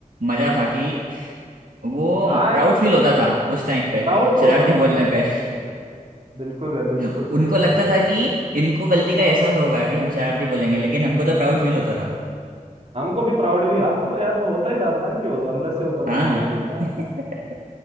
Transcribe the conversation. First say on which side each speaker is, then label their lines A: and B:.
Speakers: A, on the right; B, on the right.
A: मजा था कि वो
B: हाँ
A: प्राउड
B: यार हाँ
A: फील होता था उस टाइम पे
B: प्राउड तो
A: शरारती
B: होता था
A: बोलने
B: हाँ
A: पे
B: ऐसा तो बिल्कुल है बिल्कुल
A: <laughs>
B: सही
A: उनको
B: सही
A: लगता
B: सही
A: था कि इनको गलती का एहसास होगा कि हम शरारती बोलेंगे लेकिन हमको तो प्राउड फील होता था
B: हमको भी प्राउड भी हाँ यार वो होता ही था पता नहीं क्यों अंदर से होता
A: हाँ
B: था प्राउड फील हाँ
A: <laughs>